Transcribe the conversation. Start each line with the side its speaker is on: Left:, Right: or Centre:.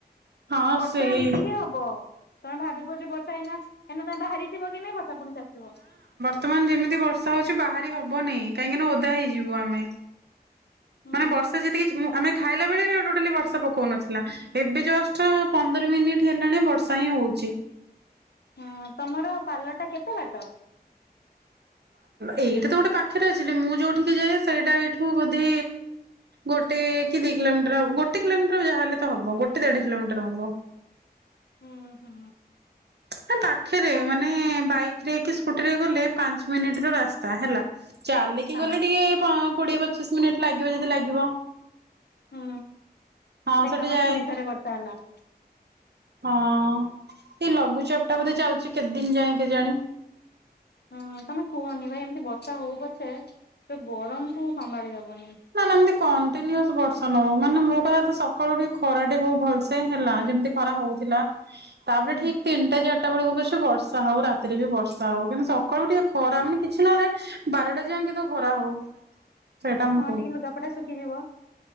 Right: ହଁ
Left: ବର୍ଷା
Right: ସେଇ
Left: ଏମିତି ହିଁ ହବ, ତମେ ଭାବିବ ଯେ ବର୍ଷା ଏଇନା <unintelligible> ବାହାରିଥିବ କି ନାଇଁ ବର୍ଷା ପୁଣି କାଚିବ
Right: ବାର୍ତ୍ତମାନ ଯେମିତି ବର୍ଷା ହଉଛି ବାହାରି ହବନେଇ, କାହିଁକିନା ଓଦା ହେଇଯିବୁ ଆମେ।
Left: ହୁଁ।
Right: ମାନେ ବର୍ଷା ଯେତିକି ଆମେ ଖାଇଲା ବେଳେ ବି, ଟୋଟାଲି ବର୍ଷା ପଉକନଥିଲା। ଏବେ ଜଷ୍ଟ ପନ୍ଦର ମିନିଟ ହେଲାଣି, ବର୍ଷା ହିଁ ହଉଛି।
Left: ହଁ ତମର ପାର୍ଲରଟା କେତେ ବାଟ?
Right: ଏଇଟି ତ ଗୋଟେ ପାଖରେ ଅଛିି, ହେଲେ ମୁଁ ଯୋଉଠିକି ଯାଏ ସେଇଟା ଏଇଠୁ ବୋଧେ ଗୋଟେ କି ଦି କିଲୋମିଟର ହବ ଗୋଟେ କିଲୋମିର, ଯାହା ହେଲେ ତ ହବ ଗୋଟେ ଦେଢ କିଲୋମିଟର ହବ।
Left: ହୁଁ- ହୁଁ।
Right: ନାଁ ପାଖେରେ,
Left: ଆମ
Right: ମାନେ ବାଇକରେ କି ସ୍କୁଟିରେ ଗଲେ ପାଞ୍ଚ ମିନିଟ୍ ର ରାସ୍ ସ୍ତା ହେଲା। ଚାଲିକି
Left: ହଁ
Right: ଗଲେ ଟିକେ ପ କୋଡିଏ ପଚିଶ ମିନିଟ ଲାଗିବ ଯଦି ଲାଗିବ।
Left: ହୁଁ
Right: ହଁ
Left: ଦେଖମ
Right: ସେଠି ଯାଏ
Left: ପୁଣି ଥରେ ବର୍ଷା ହେଲା।
Right: ହଁ। ଏଇ ଲଘୁଚପ ଟା ବୋଧେ ଚାଲିଛି କେତେ ଦିନ ଯାଏ କେଜାଣି?
Left: ହଁ ତମେ କୁହନି ଭାଇ ଏମିତି ବର୍ଷା ହଉ ପଛେ, ସେ ଗରମକୁ ସମ୍ଭାଳି ହବନି।
Right: ନା- ନା ଏମିତି କଣ୍ଟିନିୟୋସ ବର୍ଷ ନହଉ, ମାନେ ମୋ କହିବା କଥା ସକାଳୁ ଟିକେ ଖରାଟେ ହଉ ଭଲସେ ହେଲା। ଯେମିତି ଖରା ହଉଥିଲା ତାପରେ
Left: ହୁଁ
Right: ଠିକ ତିନିଟା ଚାରିଟା ବେଳକୁ ପଛେ ବର୍ଷା ହଉ, ରାତିରେ ବି ବର୍ଷା ହଉ। କିନ୍ତୁ ସ ସକାଳୁ ଟିକେ ଖରା ମାନେ କିଛି ନହେଲେ, ବାରଟା ଯାଏ ଙ୍କେ ତ ଖରା ହଉ। ସେଇଟା ମୁଁ
Left: ହଁ ଟିକେ ଲୁଗାପଟା ଶୁଖିଯିବ।